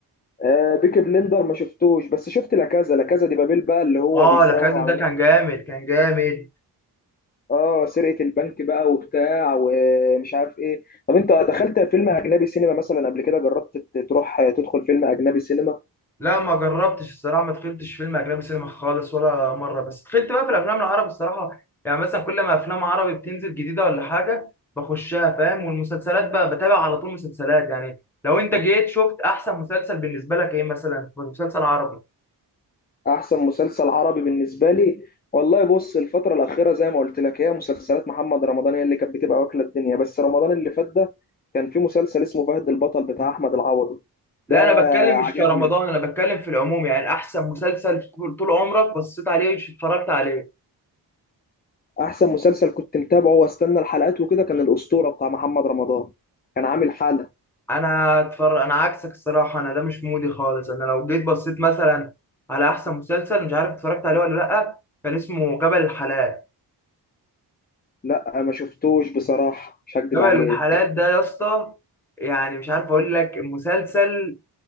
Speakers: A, on the left; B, in the centre.
A: آه بيكي بلندر ما شفتوش بس شفت لا كذا لا كذا دي بابيل بقى اللي هو
B: اه
A: بيسرقوا
B: لا كذا
A: عمليه
B: ده كان جامد كان جامد
A: اه سرقه البنك بقى وبتاع ومش عارف ايه طب انت دخلت فيلم اجنبي سينما مثلا قبل كده جربت ت- تروح آه، تدخل فيلم اجنبي سينما
B: لا ما جربتش الصراحه ما دخلتش فيلم اجنبي سينما خالص ولا مره بس دخلت بقى في الافلام العربي الصراحه يعني مثلا كل ما افلام عربي بتنزل جديده ولا حاجه بخشها فاهم والمسلسلات بقى بتابع على طول مسلسلات يعني لو انت جيت شفت احسن مسلسل بالنسبه لك ايه مثلا مسلسل عربي
A: احسن مسلسل عربي بالنسبه لي والله بص الفتره الاخيره زي ما قلت لك هي مسلسلات محمد رمضان هي اللي كانت بتبقى واكله الدنيا بس رمضان اللي فات ده كان في مسلسل اسمه فهد البطل بتاع احمد العوضي
B: لا
A: ده
B: انا بتكلم مش
A: عجبني
B: كرمضان انا بتكلم في العموم يعني احسن مسلسل طول طول عمرك بصيت عليه اتفرجت عليه
A: احسن مسلسل كنت متابعه واستنى الحلقات وكده كان الاسطوره بتاع محمد رمضان كان عامل حاله
B: انا اتفرج انا عكسك الصراحه انا ده مش مودي خالص انا لو جيت بصيت مثلا على احسن مسلسل مش عارف اتفرجت عليه ولا لا كان اسمه جبل الحلال
A: لا ما شفتوش بصراحه مش هكدب
B: جبل
A: عليك
B: الحلال ده يا اسطى يعني مش عارف اقول لك المسلسل